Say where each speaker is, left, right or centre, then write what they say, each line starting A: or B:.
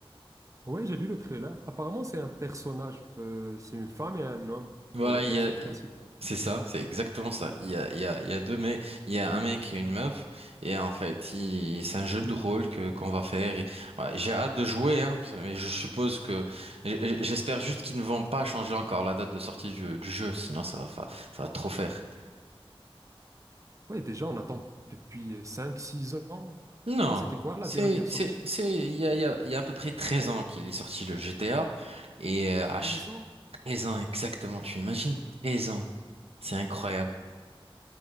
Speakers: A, on the right; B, on the right.
A: Ouais, j'ai vu le trailer. Apparemment, c'est un personnage. euh, c'est une femme et un homme
B: Voilà,
A: pour les persos
B: il y a...
A: principaux.
B: c'est ça, c'est exactement ça. Il y a, il y a, il y a deux mecs, il y a un mec et une meuf, et en fait, il... c'est un jeu de rôle que qu'on va faire. et- ouais, j'ai hâte de jouer, hein. mais Je suppose que, j- j'espère juste qu'ils ne vont pas changer encore la date de sortie du, du jeu, sinon ça va, fa- ça va trop faire.
A: Ouais, déjà, on attend depuis cinq, six ans.
B: Non,
A: Je sais pas, c'était quoi la
B: c'est,
A: dernière
B: c'est,
A: sortie?
B: c'est, il y a, il y a, il y a à peu près 13 ans qu'il est sorti le GTA, et euh,
A: 13
B: à ch-
A: ans?
B: 13 ans exactement, tu imagines? treize ans, c'est incroyable.